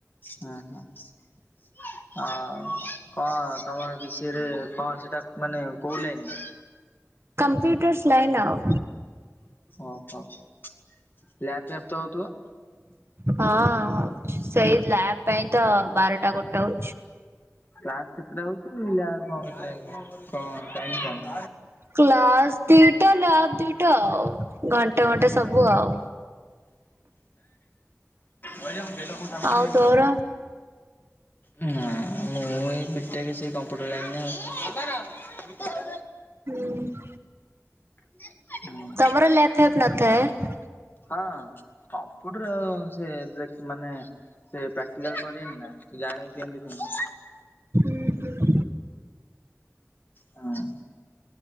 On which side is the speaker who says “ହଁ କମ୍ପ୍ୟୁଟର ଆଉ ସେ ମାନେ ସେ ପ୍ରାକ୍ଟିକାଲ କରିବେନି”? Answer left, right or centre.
Left